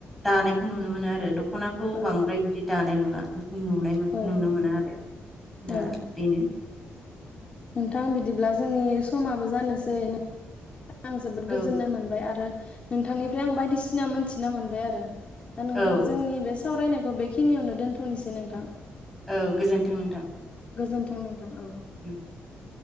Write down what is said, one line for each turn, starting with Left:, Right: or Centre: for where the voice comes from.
Centre: दानायखौ नुनो मोनो आरो दखनाखौ
Left: औ
Centre: बांद्राय बिदि <unintelligible> नुनायमोन
Left: औ
Centre: नुनो
Left: नंगौ
Centre: मोना आरो दा
Left: औ
Centre: बेनो। <inaudible>
Left: नोंथां बिदिब्ला जोंनि समाबो जानोसै आं जोबोद
Centre: औ
Left: गोजोननाय मोनबाय आरो नोंथांनिफ्राय आं बायदिसिना मोनथिना मोनबाय आरो दा नोंथां
Centre: औ
Left: जोंनि बे सावरायनायखौ बेखिनियावनो दोनथ'निसै नोंथां।
Centre: औ गोजोन्थों नोंथां।
Left: गोजोन्थों नोंथां औ
Centre: <inaudible>